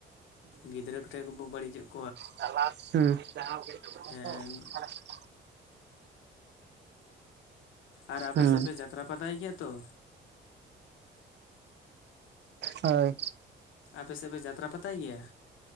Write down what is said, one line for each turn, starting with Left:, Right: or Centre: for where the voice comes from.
Left: ᱜᱤᱫᱽᱨᱟᱹ ᱠᱚᱴᱷᱮᱡ ᱜᱮᱵᱚ ᱵᱟᱹᱲᱤᱡᱚᱜ ᱠᱟᱱᱟ
Right: ᱪ <unintelligible>
Left: ᱦᱮᱸ ᱟᱨ ᱟᱯᱮ
Right: ᱦᱩᱸ
Left: ᱥᱮᱫ ᱯᱮ ᱡᱟᱛᱨᱟ ᱯᱟᱛᱟᱭ ᱜᱮᱭᱟ ᱛᱚ
Right: ᱦᱳᱭ
Left: ᱟᱯᱮ ᱥᱮᱫ ᱯᱮ ᱡᱟᱛᱨᱟ ᱯᱟᱛᱟᱭ ᱜᱮᱭᱟ